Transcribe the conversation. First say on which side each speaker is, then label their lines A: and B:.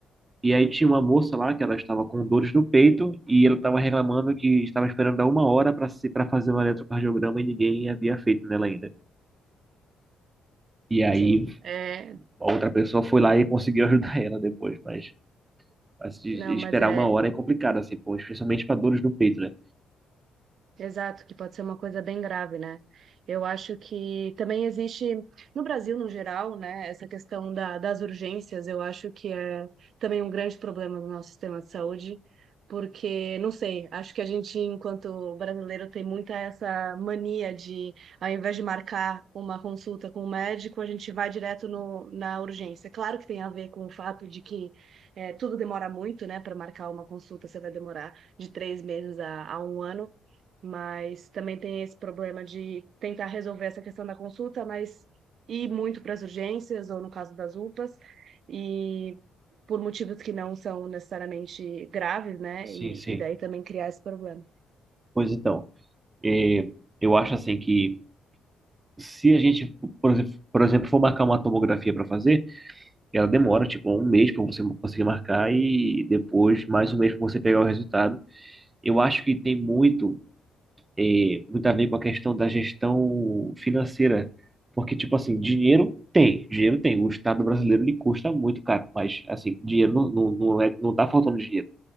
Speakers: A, on the right; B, on the right.
A: E aí tinha uma moça lá que ela estava com dores no peito e ela estava reclamando que estava esperando há uma hora para se, para fazer um eletrocardiograma e ninguém havia feito nela ainda. E aí
B: Sim, é...
A: a outra pessoa foi lá e conseguiu <laughs> ajudar ela depois, mas, mas de-
B: Não,
A: de esperar
B: mas é
A: uma hora é complicado, assim, pô, especialmente para dores no peito, né?
B: Exato, que pode ser uma coisa bem grave, né? Eu acho que também existe, no Brasil no geral, né, essa questão da, das urgências, eu acho que é também um grande problema do nosso sistema de saúde, porque, não sei, acho que a gente, enquanto brasileiro, tem muita essa mania de, ao invés de marcar uma consulta com o médico, a gente vai direto no, na urgência. Claro que tem a ver com o fato de que eh, tudo demora muito, né, para marcar uma consulta, você vai demorar de três meses a, a um ano mas também tem esse problema de tentar resolver essa questão da consulta, mas ir muito para as urgências, ou no caso das UPAs, e por motivos que não são necessariamente graves, né?
A: Sim,
B: E,
A: sim.
B: e daí também criar esse problema.
A: Pois então, é, eu acho assim que se a gente, por exemplo, por exemplo, for marcar uma tomografia para fazer, ela demora tipo um mês para você conseguir marcar e depois mais um mês para você pegar o resultado. Eu acho que tem muito, eh, muito a ver com a questão da gestão financeira. Porque, tipo assim, dinheiro tem, dinheiro tem. O Estado brasileiro ele custa muito caro, mas, assim, dinheiro não, não, não é, não tá faltando dinheiro.